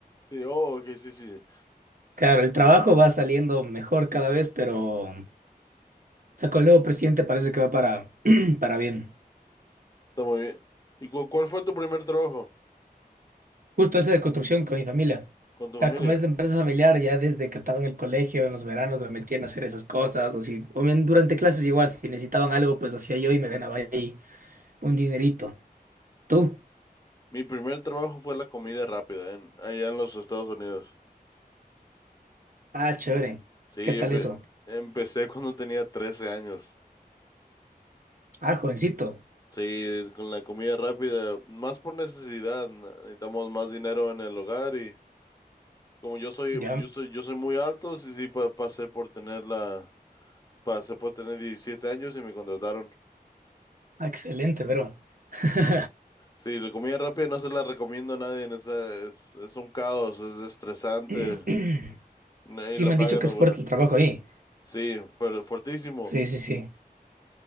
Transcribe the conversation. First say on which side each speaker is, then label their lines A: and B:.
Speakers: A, on the left; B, on the right.
A: Sí, oh, ok, sí, sí.
B: Claro, el trabajo va saliendo mejor cada vez, pero. O sea, con el nuevo presidente parece que va para, <clears throat> para bien.
A: Está muy bien. ¿Y cu- cuál fue tu primer trabajo
B: Justo ese de construcción con mi familia.
A: con tu
B: O
A: familia?
B: sea, como es de empresa familiar, ya desde que estaba en el colegio, en los veranos, me metían a no hacer esas cosas. O si, o bien durante clases igual, si necesitaban algo, pues lo hacía yo y me ganaba ahí un dinerito. ¿Tú?
A: Mi primer trabajo fue la comida rápida en, allá en los Estados Unidos.
B: Ah, chévere.
A: Sí,
B: ¿Qué tal
A: empe-
B: eso?
A: empecé <laughs> cuando tenía 13 años.
B: Ah, jovencito.
A: Sí, con la comida rápida, más por necesidad. n- Necesitamos más dinero en el hogar y como yo soy,
B: Ya,
A: pues, yo soy, yo soy muy alto, sí, sí, pa- pasé por tener la, pasé por tener 17 años y me contrataron.
B: ah, excelente, pero. <clears throat>
A: Sí, la comida rápida no se la recomiendo a nadie. en esa- es, es un caos, es estresante.
B: <laughs>
A: no- Y
B: Sí,
A: la
B: me
A: paga
B: han dicho que
A: no
B: es
A: es buena.
B: fuerte el trabajo ahí.
A: Sí, pero fuertísimo.
B: Sí, sí, sí.